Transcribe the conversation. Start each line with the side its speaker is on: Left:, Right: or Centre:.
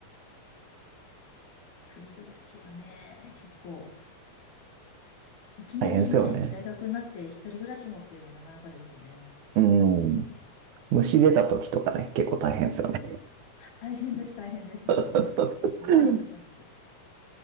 Left: 一人暮らしはね、結構いきなりね、
Right: 大変ですよね。
Left: 大学になって一人暮らしもっていうのはなかなかですよね。
Right: うん。虫出た時とかね、結構大変ですよね。
Left: 大変です、大変です。も
Right: <laughs>
Left: う、もうパニック、パニック。